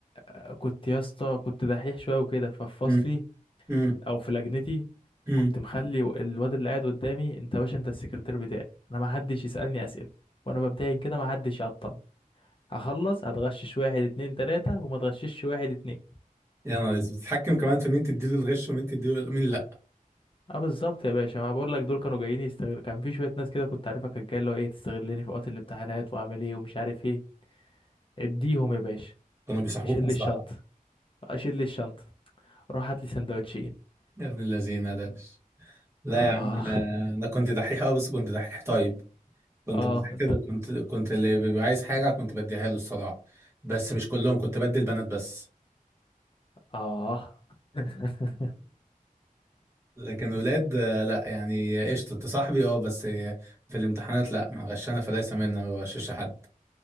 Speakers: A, on the left (about 35°); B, on the right (about 20°).
A: آه، كنت يا اسطى كنت دحيح شويه وكده ففي فصلي
B: امم امم
A: او في لجنتي
B: امم
A: كنت مخلي الواد اللي قاعد قدامي انت يا باشا انت السكرتير بتاعي انا ما حدش يسالني اسئله وانا بمتحن كده ما حدش يعطل هخلص هتغشش واحد اتنين تلاتة وما تغششش واحد اتنين
B: يا نهار اسود بتتحكم كمان في مين تديله الغش ومين تديله مين لا
A: اه بالظبط يا باشا ما بقول لك دول كانوا جايين يستغلوا كان في شوية ناس كده كنت عارفها كانت جاية اللي هو ايه تستغلني في وقت الامتحانات واعمل ايه ومش عارف ايه اديهم يا باشا
B: كانوا بيصاحبوك
A: شيل
B: مصلحه
A: لي الشنطة اشيل لي الشنطة روح هات لي سندوتشين
B: يا ابن الذين ده مش- لا
A: اه
B: يا عم انا انا كنت دحيح اه بس كنت دحيح طيب كنت
A: اه
B: بذاكر
A: انت
B: وكنت كنت اللي بيبقى عايز حاجه كنت بديها له الصراحه بس مش كلهم كنت بدي البنات بس
A: اه <laughs>
B: لكن ولاد آه، لا يعني قشطة انت صاحبي اه بس آه، في الامتحانات لا ما غشنا فليس منا ما بغشش حد